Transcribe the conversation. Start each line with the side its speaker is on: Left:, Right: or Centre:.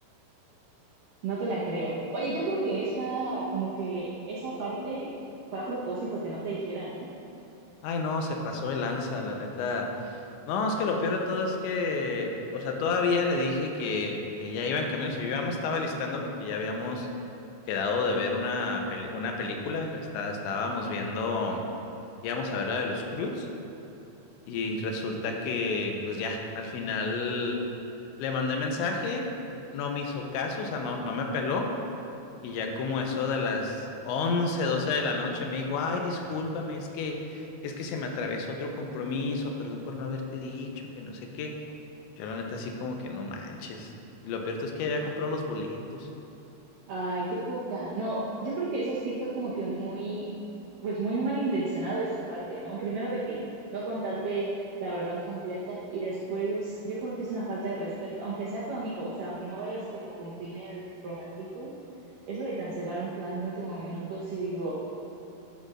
Right: No te la creo. Oye, yo creo que esa, como que esa parte fue a propósito que no te dijera, ¿no?
Left: Ay, no, se pasó de lanza, la neta. No, es que lo peor de todo es que, o sea, todavía le dije que, que ya iba en camino, o sea, yo ya me estaba listando porque ya habíamos quedado de ver una, pel- una película, Está, estábamos viendo, íbamos a ver la de los Croods. Y resulta que, pues ya, al final le mandé mensaje, no me hizo caso, o sea, no, no me peló. Y ya como eso de las 11 12 de la noche me dijo, ay, discúlpame, es que, es que se me atravesó otro compromiso, perdón por no haberte dicho, que no sé qué. Yo la neta así como que no manches. Y lo peor es que había comprado los boletos.
Right: Ay, qué poca. No, yo creo que eso sí fue como que muy, pues muy malintencionado de su parte, ¿no? Primero de que no contarte la verdad completa y después yo creo que es una falta de respeto, aunque sea tu amigo, o sea, aunque no vayas como con fines románticos, eso de cancelar un plan de último minuto, sí digo,